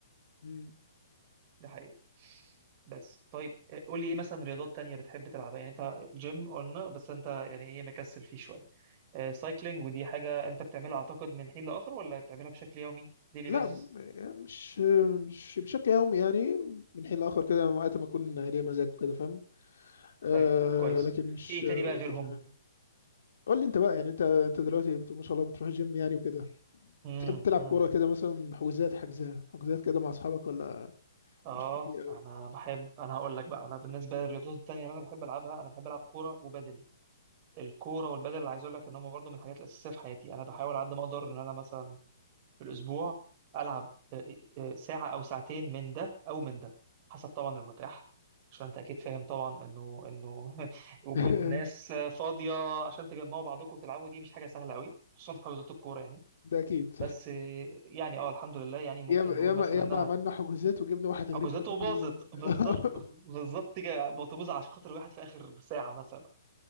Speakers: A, on the left (about 70°); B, on the right (about 35°).
A: مم.
B: ده حقيقي بس طيب آه، قول لي ايه مثلا رياضات تانية بتحب تلعبها يعني انت جيم قلنا بس انت يعني ايه مكسل فيه شويه آه، سايكلينج ودي حاجه انت بتعملها اعتقد من حين لاخر ولا بتعملها بشكل يومي ديلي
A: لا
B: بيزس
A: م- يعني مش مش بشكل يومي يعني من حين لاخر كده وقت ما اكون ليا مزاج كده فاهم آه
B: طيب كويس
A: لكن مش
B: في ايه
A: <laughs> روتين
B: تاني بقى غيرهم
A: يعني. قول لي انت بقى يعني انت انت دلوقتي بت- ما شاء الله بتروح الجيم يعني وكده
B: امم
A: بتحب تلعب
B: امم
A: كوره كده مثلا حجوزات حجزات حجوزات كده مع اصحابك ولا
B: اه
A: مش كتير قوي
B: انا بحب انا هقول لك بقى انا بالنسبه للرياضات التانية اللي انا بحب العبها انا بحب العب كوره وبدل الكوره والبدل اللي عايز اقول لك ان هم برضو من الحاجات الاساسيه في حياتي انا بحاول على قد ما اقدر ان انا مثلا في الاسبوع العب آه، آه، آه، ساعه او ساعتين من ده او من ده حسب طبعا المتاح عشان انت اكيد فاهم طبعا انه انه <laughs> وجود
A: <laughs>
B: ناس آه، فاضيه عشان تجمعوا بعضكم وتلعبوا دي مش حاجه سهله قوي خصوصا في حجوزات الكوره يعني
A: ده اكيد
B: بس آه، يعني اه الحمد لله يعني ممكن
A: ياما
B: نقول
A: ياما
B: مثلا
A: ياما
B: انا
A: عملنا حجوزات وجبنا واحد غريب
B: حجوزاته
A: في الاخر
B: باظت
A: يلعب معانا.
B: بالظبط <laughs>
A: <laughs>
B: بالظبط كده بطبوظ عشان خاطر واحد في اخر ساعه مثلا